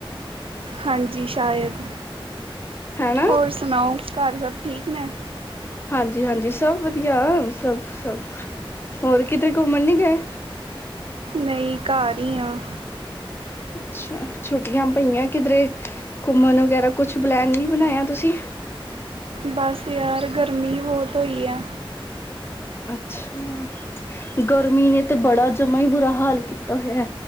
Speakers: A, on the right; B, on the left.
A: ਹਾਂਜੀ ਸ਼ਾਇਦ,
B: ਹੈਨਾ
A: ਹੋਰ ਸੁਣਾਓ ਘਰ ਸਭ ਠੀਕ ਨੇ?
B: ਹਾਂਜੀ-ਹਾਂਜੀ ਸਭ ਵਧੀਆ ਸਭ-ਸਭ। ਹੋਰ ਕਿਤੇ ਘੁੰਮਣ ਨੀ ਗਏ?
A: ਨਈ ਘਰ ਈ ਆ।
B: ਅੱਛਾ ਛੁੱਟੀਆਂ ਪਈਆਂ ਕਿਧਰੇ ਘੁੰਮਣ ਵਗੈਰਾ ਕੁਛ ਪਲੈਨ ਨੀ ਬਣਾਇਆ ਤੁਸੀਂ?
A: ਬਸ ਯਾਰ ਗਰਮੀ ਬਹੁਤ ਹੋਈ ਐ।
B: ਅੱਛਾ ਗਰਮੀ ਨੇ ਤੇ ਬੜਾ ਜਮਾ ਈ ਬੁਰਾ ਹਾਲ ਕੀਤਾ ਹੋਇਆ।